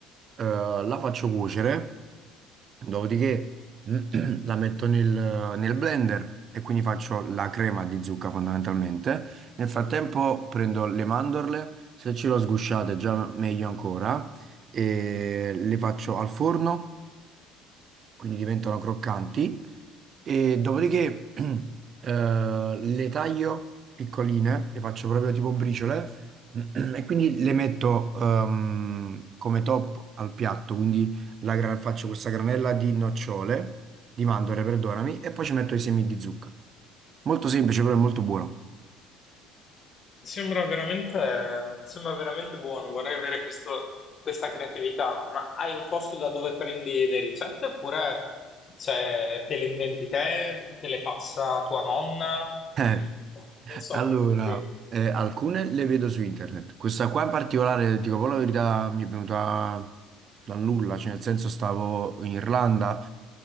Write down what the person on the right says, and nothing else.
eh, la faccio cuocere, dopodiché <clears throat> la metto nel, nel blender e quindi faccio la crema di zucca fondamentalmente. Nel frattempo prendo le mandorle, se ce l'ho sgusciate già meglio ancora, e le faccio al forno quindi diventano croccanti. E dopodiché <clears throat> eh, le taglio piccoline, le faccio proprio tipo briciole <clears throat> e quindi le metto ehm, come top al piatto. Quindi la gra- faccio questa granella di nocciole, di mandorle, perdonami, e poi ci metto i semi di zucca. Molto semplice, però è molto buono.
Eh,
allora,
eh, alcune le vedo su internet. Questa qua in particolare, dico poi la verità, mi è venuta dal nulla, cioè nel senso stavo in Irlanda,